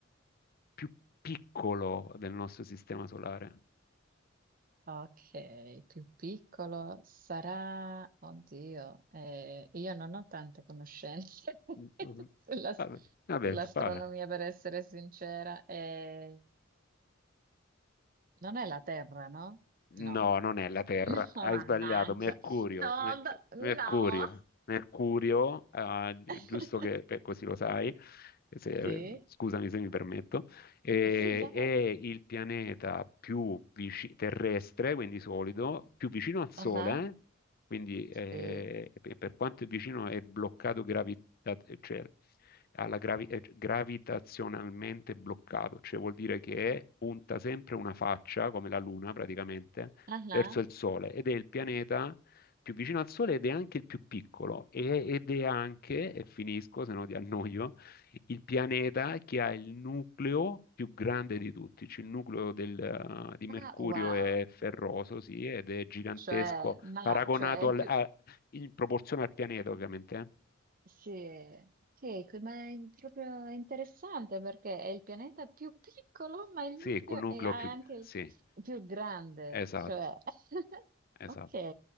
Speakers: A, on the left; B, on the right.
A: più piccolo del nostro sistema solare?
B: Ok, più piccolo sarà... Oddio, eh, io non ho tante conoscenze <laughs>
A: Mm, mm, mm.
B: sulla-
A: Vabbè, vabbè,
B: sull'astronomia,
A: spara.
B: per essere sincera. Eh, non è la Terra, no?
A: No,
B: No.
A: non è la Terra,
B: No,
A: hai
B: mannaggia.
A: sbagliato, Mercurio,
B: No,
A: Me-
B: d-
A: Mercurio,
B: no.
A: Mercurio, ah, gi-
B: <laughs>
A: giusto che per- così lo sai, se-
B: Sì,
A: scusami se mi permetto, eh,
B: sì, esatto.
A: è il pianeta più vici- terrestre, quindi solido, più vicino al Sole,
B: Ah,
A: eh? quindi eh,
B: Sì,
A: e per quanto è vicino è bloccato gravita- eh, cioè, alla gravi- eh, cioè, gravitazionalmente bloccato, cioè vuol dire che punta sempre una faccia, come la Luna praticamente,
B: ah,
A: verso il Sole ed è il pianeta più vicino al Sole ed è anche il più piccolo e- ed è anche, e finisco se no ti annoio, il pianeta che ha il nucleo più grande di tutti, cioè il nucleo del, eh, di Mercurio
B: Ma wow,
A: è ferroso, sì, ed è gigantesco,
B: cioè, ma,
A: paragonato
B: cioè, è il
A: al,
B: più...
A: a- in proporzione al pianeta, ovviamente. eh.
B: Sì, sì, que- ma è proprio interessante perché è il pianeta più piccolo, ma il
A: Sì,
B: nucleo
A: col nucleo
B: è anche
A: più...
B: il
A: Sì,
B: più grande,
A: esatto,
B: cioè... <laughs>
A: esatto.
B: Ok,